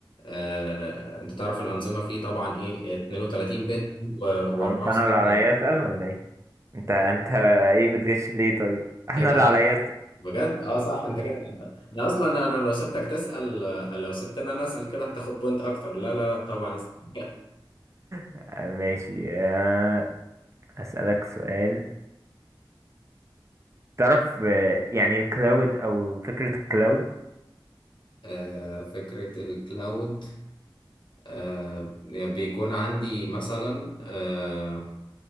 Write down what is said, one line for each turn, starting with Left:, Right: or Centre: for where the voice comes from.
Left: آه، انت تعرف الانظمه فيه طبعا ايه 32 بت و64
Right: أو مش انا اللي
Left: بت
Right: عليا اسال ولا ايه انت انت ايه بتغش ليه طيب احنا
Left: كده
Right: اللي عليا اسال
Left: بجد اه صح انت كده ده اصلا انا أنا لو سبتك تسال آه، لو سبت ان انا اسال كده هتاخد بوينت اكتر لا لا لا طبعا <laughs> اسأل.
Right: <laughs> ماشي آه، اسالك سؤال تعرف آه، يعني الكلاود او فكره الكلاود
Left: آه، فكره الكلاود آه، بيكون عندي مثلا آه،